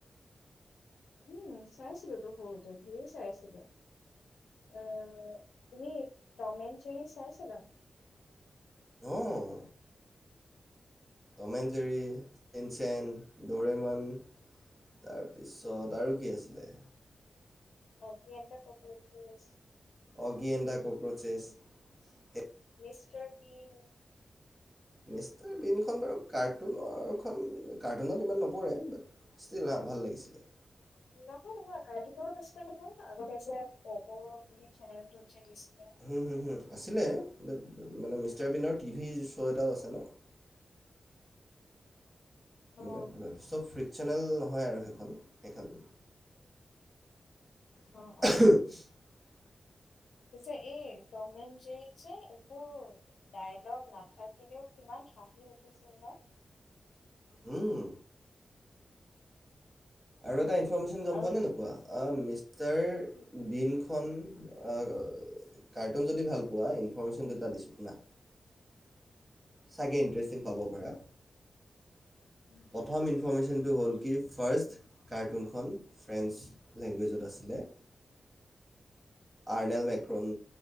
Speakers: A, on the left; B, on the right.
A: উম, চাইছিলোঁ তো সৰুতে ধেৰ চাইছিলোঁ। অহ, তুমি টম এণ্ড জেৰী চাইছিলা?
B: অঁ Tom and Jerry, Shinchan, Doraemon তাৰ পিছত আৰু কি আছিলে?
A: Oggy and the Cockroaches
B: Oggy and the ককৰচেছ, সেই
A: মিষ্টাৰ বীন
B: মিষ্টাৰ বীনখন বাৰু কাৰ্টুনৰখন কাৰ্টুনত ইমান নপৰে, বাট ষ্টীল হা ভাল লাগিছিলে।
A: নহয়, নহয়, কাৰ্টুনত আছিলে নহয়। আগতে যে পোগো বুলি চেনেলটোত যে দিছিল।
B: হম, হম, হম আছিলে। বাট, মানে মিষ্টাৰ বীনৰ টিভি শ্ব এটাও আছে ন?
A: অ',
B: মানে কি হয় চব ফ্ৰী চেনেল নহয় আৰু হেইখন, সেইখন। <unintelligible>
A: অ', অ'। পিছে এই টম এণ্ড জেৰীতজে, একো ডায়লগ নাথাকিলেও কিমান হাঁহি উঠিছিল ন?
B: হম আৰু এটা ইনফ্ ফৰ্মেশ্যন গম
A: আৰু
B: পোৱা নে নোপোৱা? অহ মিছ তাৰ
A: কি
B: বিন খন আ, কাৰ্টুন যদি ভাল পোৱা ইনফৰ্মেশ্যন দুটা দিছোঁ শুনা চাগে ইণ্টাৰেষ্টিং পাব পাৰা।
A: উম,
B: প্ৰথম ইনফৰ্মেশ্যন তো হ'ল কি, ফাৰ্ষ্ট কাৰ্টুনখন ফ্ৰেন্স লেংগুৱেজত আছিলে। আৰ্নেল মেক্ৰণ